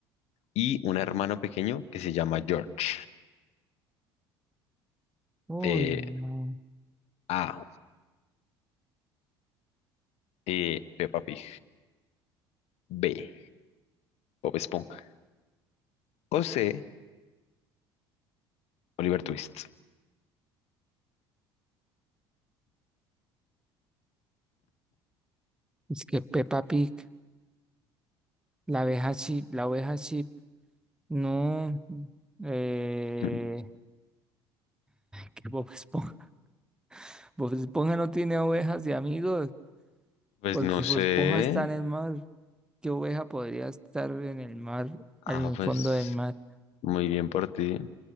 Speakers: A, on the left; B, in the centre.
A: y un hermano pequeño que se llama George?
B: Uy,
A: Eh,
B: no.
A: A. eh, Peppa Pig. B. Bob Esponja. O C. Oliver Twist.
B: Es que Peppa Pig. La abeja chip, la oveja chip, no. Eh,
A: Mm,
B: que Bob Esponja, <laughs> Bob Esponja no tiene ovejas de amigos,
A: Pues
B: porque
A: no sé.
B: Bob Esponja está en el mar. ¿Qué oveja podría estar en el mar,
A: Ah,
B: en el
A: pues
B: fondo del mar?
A: muy bien por ti.